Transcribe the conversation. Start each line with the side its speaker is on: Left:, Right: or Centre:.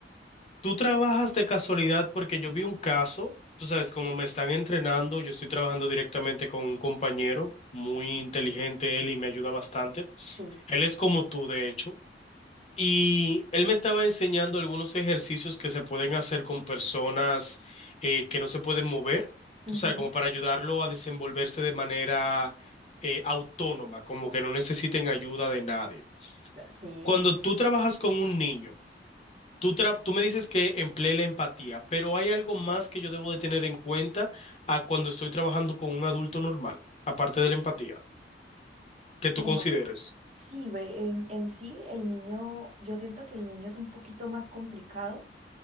Left: Tú trabajas de casualidad porque yo vi un caso, tú sabes, como me están entrenando, yo estoy trabajando directamente con un compañero muy inteligente él y me ayuda bastante.
Right: Sí,
Left: Él es como tú, de hecho. Y él me estaba enseñando algunos ejercicios que se pueden hacer con personas eh, que no se pueden mover, tú
Right: Ujú.
Left: sabes, como para ayudarlo a desenvolverse de manera eh, autónoma, como que no necesiten ayuda de nadie.
Right: sí,
Left: Cuando tú trabajas con un niño, tú, tra- tú me dices que emplee la empatía, pero hay algo más que yo debo de tener en cuenta a cuando estoy trabajando con un adulto normal, aparte de la empatía, que tú
Right: Bueno,
Left: consideres.
Right: sí, ve, en, en sí el niño, yo siento que el niño es un poquito más complicado